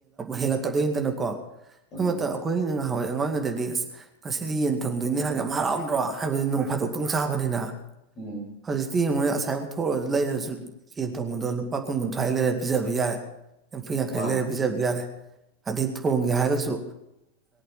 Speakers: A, on the right; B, on the left.
A: ꯍꯦꯜꯂꯛꯀꯗꯣꯏꯅꯤꯗꯅꯀꯣ <inaudible> ꯍꯣꯏ
B: ꯎꯝ
A: ꯃꯇꯝ ꯑꯩꯈꯣꯏ ꯉꯥꯏꯍꯥꯛ ꯍꯣꯏ ꯑꯩꯉꯥꯡꯉꯗꯗꯤ ꯑꯁ ꯉꯁꯤꯗꯤ ꯌꯦꯟ ꯊꯪꯗꯣꯏꯅꯤ ꯍꯥꯟ ꯌꯥꯝ ꯍꯔꯥꯎꯗ꯭ꯔꯣ ꯍꯥꯏꯕꯗꯤ ꯅꯣꯡ ꯐꯥꯗꯣꯛꯇꯣꯡ ꯆꯥꯕꯅꯤꯅ
B: ꯎꯝ
A: ꯍꯧꯖꯤꯇꯤ ꯃꯁꯦꯕ ꯊꯣꯛꯑꯁꯨ ꯂꯩꯔꯁꯨ ꯌꯦꯦꯟ ꯊꯣꯡꯕꯗꯣ ꯄꯥ ꯀꯨꯡꯒꯨꯟ ꯊꯥꯏ ꯂꯩꯔꯦꯕꯤꯥꯕꯤ ꯌꯥꯔ ꯐꯨꯌꯥꯥꯡ ꯈꯥꯏ
B: ꯃꯥꯅꯦ
A: ꯂꯩꯔꯦ ꯕꯤꯖꯥꯕꯤꯌꯥꯔꯦ ꯑꯗꯩ ꯊꯣꯡꯒꯦ ꯍꯥꯏꯔꯒꯁꯨ